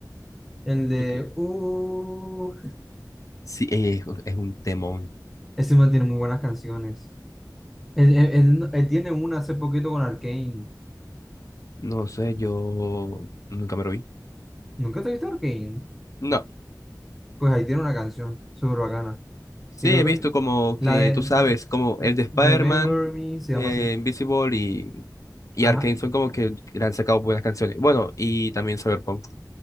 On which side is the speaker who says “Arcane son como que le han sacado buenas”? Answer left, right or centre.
Left